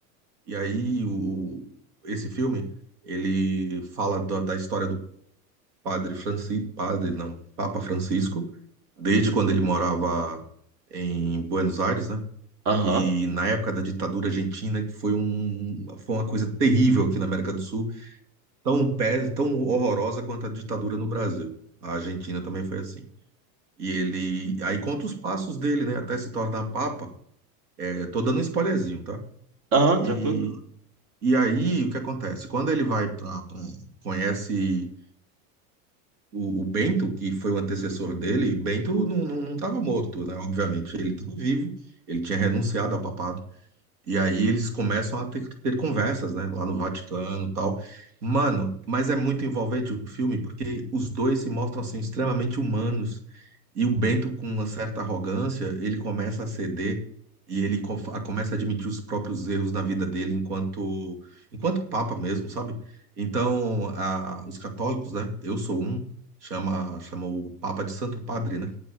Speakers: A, on the right; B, on the right.
A: E aí o, o- esse filme, ele fala da da história do padre Francisco, padre não, Papa Francisco, desde quando ele morava em Buenos Aires, né?
B: Aham.
A: E na época da ditadura argentina, que foi um, foi uma coisa terrível aqui na América do Sul tão pé, tão horrorosa quanto a ditadura no Brasil. A Argentina também foi assim. E ele aí conta os passos dele, né, até se tornar papa. É, tô dando um spoilerzinho, tá?
B: Aham,
A: E,
B: tranquilo.
A: e aí o que acontece? Quando ele vai para conhece o, o Bento, que foi o antecessor dele, Bento não não não estava morto, né? Obviamente, ele estava vivo. Ele tinha renunciado ao papado. E aí eles começam a ter, ter conversas, né, lá no Vaticano e tal. Mano, mas é muito envolvente o filme porque os dois se mostram assim extremamente humanos e o Bento com uma certa arrogância, ele começa a ceder e ele co- a- começa a admitir os próprios erros na vida dele enquanto enquanto papa mesmo, sabe? Então, a- os católicos, né? Eu sou um, chama chama o Papa de Santo Padre, né?